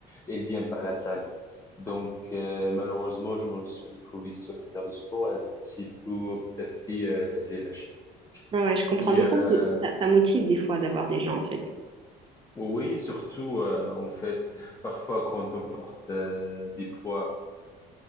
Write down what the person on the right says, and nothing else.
Ouais, je comprends.
Des
fois, c'est, ça, ça motive des fois d'avoir des gens, en fait.